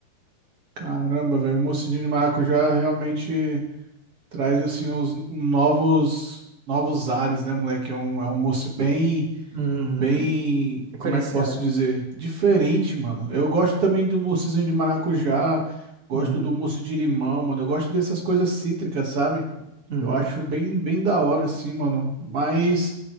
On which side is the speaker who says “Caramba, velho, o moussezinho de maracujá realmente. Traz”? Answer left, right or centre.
Right